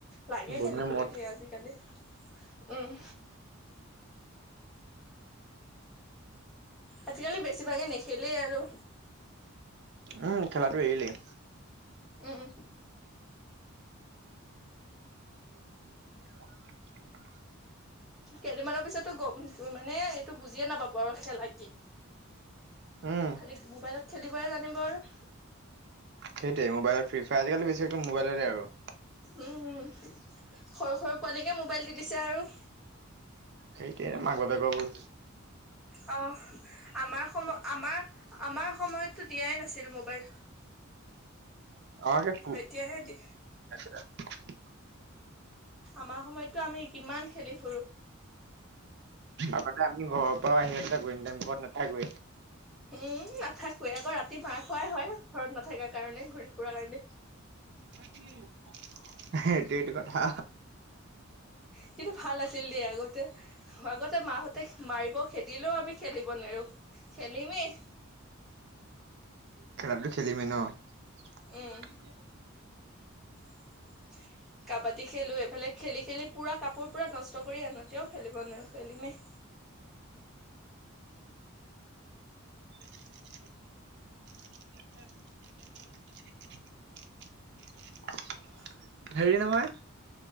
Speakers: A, in the centre; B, on the right.
A: লাগে
B: বহুত
A: খেলিবলে
B: দিনৰ মূৰত
A: দেই আজিকালি উম। আজিকালি বেছিভাগে নেখেলেই আৰু।
B: উম, খেলাটো এৰিলেই।
A: উউম
B: <inaudible>
A: কেইদিনমানৰ পিছতো গ'ম মানে এইটো বুজিয়ে নাপাব আৰু খেলা কি?
B: উম,
A: খালি মোবাইলত খেলিবই জানিব আৰু।
B: সেইটোৱেই মোবাইলত ফ্ৰী ফায়ৰ, আজিকালি বেছি মোবাইলতে আৰু।
A: উম, উম। সৰু সৰু পোৱালিকে মোবাইল দি দিছে আৰু।
B: সেইটোৱেই মাক বাপেকৰ ভুল।
A: অ' আমাৰ সম আমাৰ, আমাৰ সময়ততো দিয়াই নাছিল মোবাইল।
B: আমাক
A: এতিয়াহে দি
B: <unintelligible>
A: আমাৰ সময়ত টো‌ আমি কিমান খেলিছিলো।
B: আগতে আমি ঘৰ। পাব ছেস্টা কৰিম, ঘৰত নাথাকুৱে।
A: এই নাথাকোৱে আকৌ, ৰাতি মাৰ খোৱাই হয়, ঘৰত নাথাকো। কাৰণে ঘূৰি ফুুৰাৰ কাৰণে।
B: ন <inaudible> সেইটো টো কথা।
A: কিন্ত ভাল আছিল দেই আগতে, আগত। মাহঁতে মাৰিব খেদিলেও আমি খেলিব নেৰো খেলিমেই
B: খেলাটো খেলিমেই ন <unintelligible>
A: উম <unintelligible> কাবাডী খেলো এইফালে খেলি খেলি পুৰা কাপোৰ পুৰা নষ্ট কৰি আনো তেওঁ খেলিব নেৰো খেলি মেই
B: <inaudible> <inaudible>
A: <unintelligible>
B: হেৰি নহয়